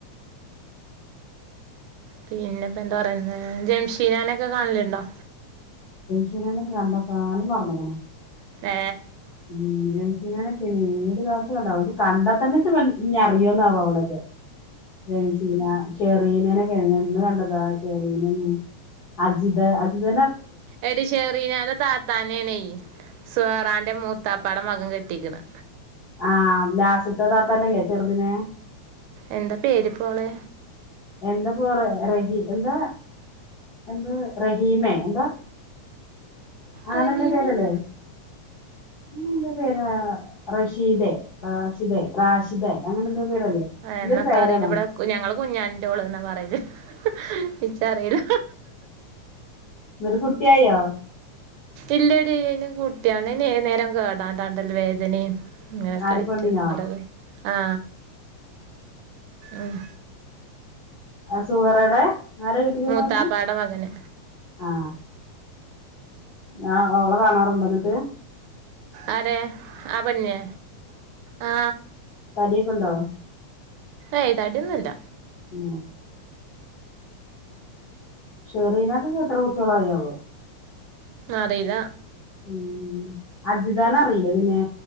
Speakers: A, on the right; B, on the left.
A: പിന്നെപ്പൊ എന്താ പറയുന്ന് ജംഷീനാനൊക്കെ കാണലുണ്ടോ
B: ജംഷിനാനക്കെ കണ്ട കാലം മറന്നക്കുണു
A: ഏ
B: മ് ജംഷിനനൊക്കെ ഇനീ ഏതു കാലത്ത് കണ്ടാതാ ഓക് കണ്ടാ തന്നെ ഇ അറിയോന്നാവ അവളൊക്കെ ജംഷിന ഷെറീനനെക്കെ എന്ന് കണ്ടതാ ഷെറീനന്ന് അജിത അജിത
A: എടിശേറിനന്റെ താത്താനെണ് സുഹ്റാന്റെ മൂത്താപ്പാടെ മകൻ കെട്ടിക്ക്ണ്
B: ആ ലാസ്റ്റിത്തെ താത്താനല്ലേ ചെറുതിനെ
A: എന്താ പേര് പോ ഒളെ
B: എന്താ പോറ റഹീ എന്താ എന്താ റഹീമേ എന്താ അങ്ങനെല്ലെ
A: റഹീമിന
B: പേരല്ലേ ഉം പേര് റഷിതെ റാഷിതെ റാഷിതെ അങ്ങനെ എന്താ പേരല്ലേ എന്തൊരു
A: എന്നൊക്കെ
B: പേരാണോ
A: അറിയില്ല ഇവിടെ ഞങ്ങള് കുഞ്ഞാന്റോള് എന്നാ പറയല് ഇച്ചറിയില്ല
B: ന്നിട്ട് കുട്ടിയായോ
A: ഇല്ലടി അയിന് കുട്ടിണ് അയിന്ന് ഏത് നേരം കേടാ താണ്ടൽ വേദനിം അങ്ങനെക്ക
B: ആര്
A: ആയിറ്റ്
B: പെണ്ണിനോ
A: അവിടെ കെ ആ ഉം
B: അ സുഹറടെ ആര കെട്ടിക്കന്ന്
A: മൂത്താപ്പാടെ
B: പറഞ്ഞെ
A: മകന്
B: ആ ആ അവളെ കാണാറുണ്ട എന്നിട്ട്
A: ആരെ ആ പെണ്ണിനെ ആ
B: തടിയൊക്കെ ഉണ്ടോ
A: ഏയ് തടിയൊന്നുല്ല
B: ആ ഷെറീനക്കെ എത്ര കുട്ടികളായോ
A: അറീല
B: ഉം അജിതാന അറിയില്ലേ പിന്നെ